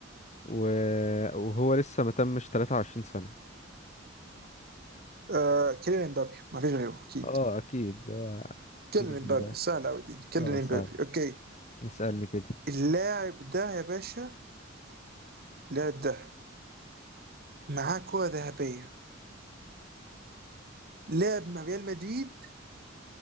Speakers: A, on the left (about 35°); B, on the right (about 50°).
A: و- وهو لسه ما تمش 23 سنه
B: آه كيليان امبابي ما فيش غيره اكيد
A: اه اكيد
B: كيليان
A: النجم
B: امبابي
A: ده
B: سهل قوي دي كيليان
A: اه
B: امبابي
A: سهل
B: اوكي
A: نسألني كده
B: اللاعب ده يا باشا اللاعب ده معاه كرة ذهبية لعب مع ريال مدريد